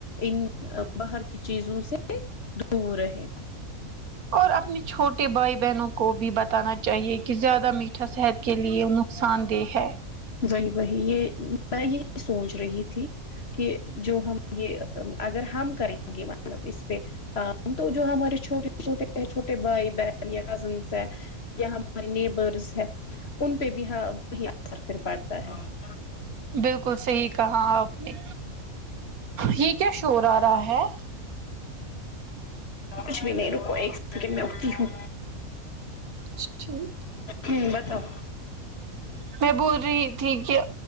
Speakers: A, on the left; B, on the right.
A: ان باہر کی چیزوں سے دور رہے
B: اور اپنے چھوٹے بھائی بہنوں کو بھی بتانا چاہیے کہ زیادہ میٹھا صحت کے لیے نقصان دہ ہے
A: وہی وہی یہ میں یہی سوچ رہی تھی کہ جو ہم یہ اگر ہم کریں گے مطلب اس پہ کا ہم تو جو ہمارے چھوٹے چھوٹے چھوٹے بھائی بہن یا کزنس ہے یا ہمارے نیبرز ہے ان پہ بھی ہا وہی اثر پھر پڑھتا ہے
B: بالکل صحیح کہاں آپ نے یہ کیا شور آ رہا ہے
A: کچھ بھی نہیں رکو ایک سیکنڈ میں اٹھتی ہوں
B: اچھا ٹھیک
A: ہوں بتاؤ
B: میں بول رہی تھی کہ